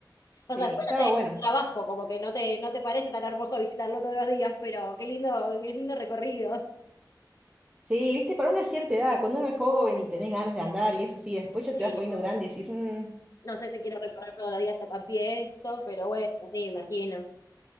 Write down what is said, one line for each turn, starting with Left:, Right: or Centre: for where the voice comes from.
Left: O
Right: Sí,
Left: sea, después
Right: estaba
Left: no te deja
Right: bueno.
Left: trabajo, como que no te, no te parece tan hermoso visitarlo todos los días, pero qué lindo, qué lindo recorrido.
Right: Sí, viste, para una cierta edad, cuando uno es joven y tenés ganas de andar y eso sí, después ya
Left: Sí,
Right: te vas poniendo
Left: no
Right: grande y decís, "Mm,
Left: no sé si quiero recorrer todos los días hasta Papié esto, pero bueno, sí, imagino.